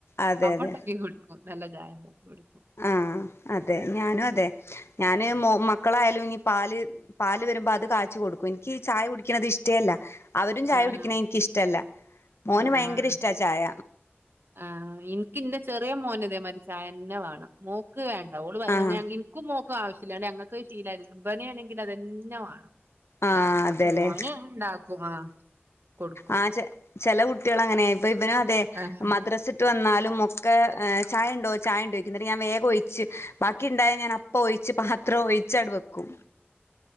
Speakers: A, on the left; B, on the right.
A: അതെ
B: അപ്പണ്ടാക്കി
A: അതെ
B: കുടിക്കും നല്ല ചായ കുടിക്കും
A: ആഹ് അതെ ഞാനും അതെ ഞാന് മൊ മക്കളായാലും ഇനി പാല് പാല് വരുമ്പോ അത് കാച്ചി കൊടുക്കും ഇൻക്ക് ചായ കുടിക്ക്ണത് ഇഷ്ടേല്ല അവരും ചായ
B: ആഹ്
A: കുടിക്കണ ഇൻക്കിഷ്ടല്ല മോന്
B: ആഹ്
A: ഭയാങ്കര ഇഷ്ടാ ചായ
B: ആഹ് ഇൻക്കിന്റെ ചെറ്യേ മോൻ ഇതേ മാരി ചായെന്നെ വാണം മോക് വേണ്ട ഓള് <unintelligible>
A: ആഹ്
B: ഇൻക്കും മോക്കും ആവശ്യല്ലാ ഞങ്ങക്ക് ശീലാ ബന് ആണെങ്കിൽ അതന്നെ വാണം
A: ആഹ്
B: ആ
A: അതെല്ലേ
B: പോനെ ഇണ്ടാക്കും കൊടുക്കും
A: ആ ചെ ചെല കുട്ട്യാൾ അങ്ങനെയ ഇപ്പൊ ഇബനും അതെ
B: ആഹ്
A: മദ്രസിട്ട് വന്നാലും ഒക്കെ ഏ ചായണ്ടോ ചായണ്ടോയ്ക്കും എന്നിട്ട് ഞാൻ വേഗൊയിച്ച് ബാക്കിണ്ടായ ഞാനപ്പോയിച്ച് പ എത്ര ഒഴിച്ചടു വെക്കും